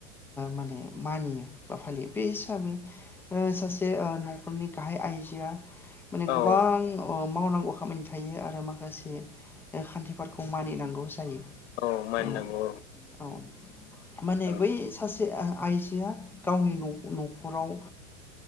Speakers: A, in the centre; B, on the left (about 55°).
A: माने मानियो बा फालियो बे हिसाबै सासे नखरनि गाहाय आइजोआ माने गोबां
B: औ
A: ओम। मावनांगौ खामानि थायो आरो माखासे खान्थिफोरखौ मानिनांगौ जायो।
B: औ मानिनांगौ
A: ओ औ माने
B: औ
A: बै सासे आइजोआ गावनि नखराव